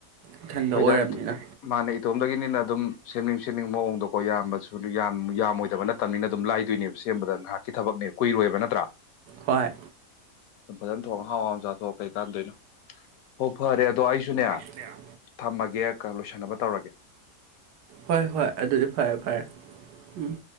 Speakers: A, on the right (about 80°); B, on the left (about 70°).
A: ꯏꯊꯟꯗ
B: ꯑꯩꯈꯣꯏꯗꯥꯏ
A: ꯑꯣꯏꯔꯕꯅꯤꯅ
B: ꯃꯥꯅ ꯏꯇꯣꯝꯗꯒꯤꯅꯤꯅ ꯑꯗꯨꯝ ꯁꯦꯝꯅꯤꯡ ꯁꯦꯝꯅꯤꯡꯕ ꯃꯑꯣꯡꯗꯣꯀꯣ ꯏꯕꯁꯨ ꯁꯨ ꯌꯥꯝꯃꯣꯏꯗꯕ ꯅꯠꯇꯕꯅꯤꯅ ꯑꯗꯨꯝ ꯂꯥꯏꯗꯣꯏꯅꯦꯕ ꯁꯦꯝꯕꯗ ꯉꯥꯏꯍꯥꯛꯀꯤ ꯊꯕꯛꯅꯦ ꯀꯨꯏꯔꯣꯏꯕ ꯅꯠꯇ꯭ꯔꯥ
A: ꯍꯣꯏ
B: ꯐꯖꯅ ꯊꯣꯡ ꯑꯍꯥꯎ ꯑ ꯆꯥꯊꯣꯛ ꯀꯩꯀꯥꯟꯗꯣꯏꯅꯣ ꯍꯣ ꯐꯔꯦ ꯑꯗꯣ ꯑꯩꯁꯨꯅꯦ
A: ꯌꯥ
B: ꯊꯝꯃꯒꯦ ꯂꯣꯏꯁꯟꯅꯕ ꯇꯧꯔꯒꯦ
A: ꯍꯣꯏ ꯍꯣꯏ ꯑꯗꯨꯗꯤ ꯐꯔꯦ ꯐꯔꯦ ꯎꯝ